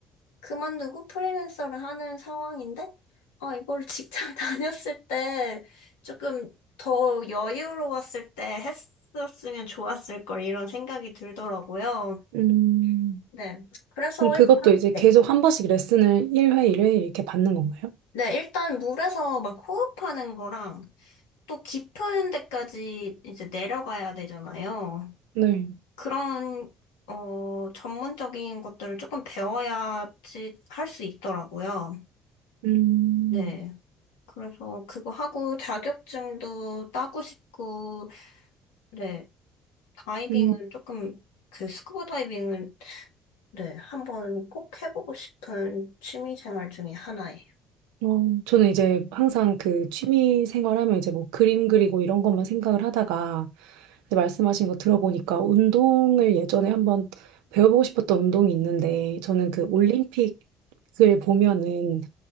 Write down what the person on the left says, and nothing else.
그만두고 프리랜서를 하는 상황인데, 아, 이걸 직장 <laughs> 다녔을 때 조금 더 여유로웠을 때 했었으면 좋았을 걸 이런 생각이 들더라고요.
네. 그래서
일단,
네.
네, 일단 물에서 막 호흡하는 거랑 또 깊은 데까지 이제 내려가야 되잖아요.
그런, 어, 전문적인 것들을 조금 배워야지 할 수 있더라고요.
네. 그래서 그거 하고 자격증도 따고 싶고, 네. 다이빙은
조금, 그 스쿠버 다이빙은, 네. 한번 꼭 해보고 싶은 취미 생활 중에 하나예요.